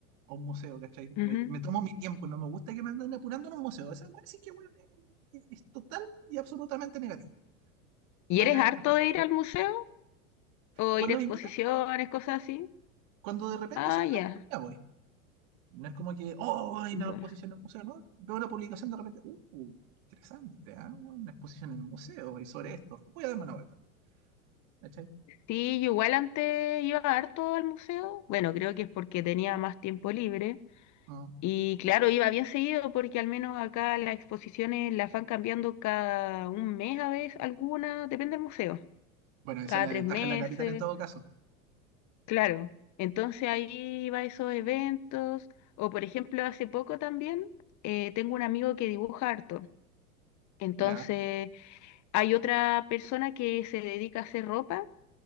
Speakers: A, on the right; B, on the left.
A: a un museo, ¿cachai?
B: ujú.
A: Me, me tomo mi tiempo, no me gusta que me anden apurando en un museo. Esa weá sí que weón, es, es total y absolutamente negativo.
B: ¿Y
A: Vaya
B: eres
A: bien
B: harto
A: enojado.
B: de ir al museo o
A: Cuando
B: ir a exposiciones,
A: me invitan,
B: cosas así?
A: cuando de repente
B: Ah,
A: sale
B: ya.
A: la oportunidad, voy. No es como que, oh, hay
B: Bueno.
A: una exposición en el museo, ¿no? Veo una publicación de repente, uh, uh, interesante, ¿ah? weón, Una exposición en el museo y sobre esto. Voy a darme una vuelta, ¿cachai?
B: Sí, yo igual antes iba harto al museo. Bueno, creo que es porque tenía más tiempo libre.
A: Ah.
B: Y claro, iba bien seguido porque al menos acá las exposiciones las van cambiando cada un mes a veces, algunas, depende del museo.
A: Bueno, esa
B: Cada
A: es la
B: tres
A: ventaja
B: meses,
A: de la capital en todo caso.
B: claro. Entonces ahí iba a esos eventos. O por ejemplo, hace poco también eh, tengo un amigo que dibuja harto. Entonces...
A: Ya.
B: Hay otra persona que se dedica a hacer ropa